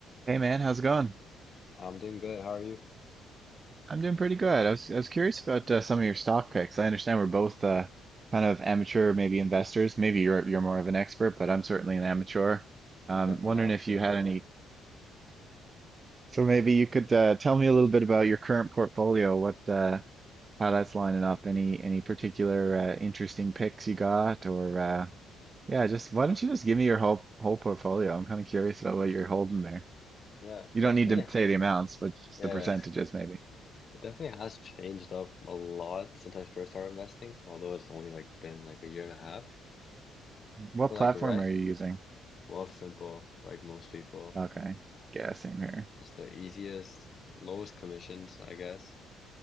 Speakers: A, on the right; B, on the left.
A: Hey man, how's it going?
B: I'm doing good. How are you?
A: I'm doing pretty good. I was I was curious about uh, some of your stock picks. I understand we're both uh, kind of amateur, maybe investors. Maybe you're you're more of an expert, but I'm certainly an amateur. Um,
B: I'm definitely
A: wondering
B: an amateur
A: if you
B: as
A: had
B: well.
A: any. So maybe you could uh, tell me a little bit about your current portfolio, what uh, how that's lining up. Any any particular uh, interesting picks you got, or uh, yeah, just why don't you just give me your whole whole portfolio? I'm kind of curious about what you're holding there.
B: Yeah,
A: You
B: definitely.
A: don't need to say
B: ha-
A: the amounts, but just
B: Yeah,
A: the percentages
B: <laughs>
A: maybe.
B: it definitely has changed up a lot since I first started investing, although it's only like been like a year and a half.
A: What
B: But like,
A: platform
B: right?
A: are you using?
B: Wealth simple, like most people.
A: Okay. Yeah, same here.
B: It's the easiest, lowest commissions, I guess.